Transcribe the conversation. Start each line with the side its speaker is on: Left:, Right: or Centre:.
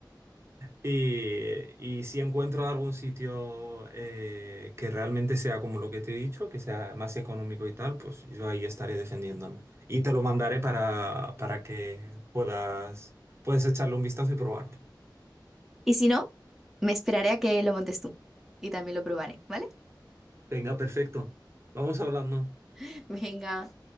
Right: Y, y si encuentro algún sitio eh, que realmente sea como lo que te he dicho, que sea más económico y tal, pues yo ahí estaré defendiéndome. Y te lo mandaré para, para que puedas, puedes echarle un vistazo y probarlo.
Centre: Y si no, me esperaré a que lo montes tú y también lo probaré, ¿vale?
Right: Venga, perfecto. Vamos hablando.
Centre: <laughs> Venga,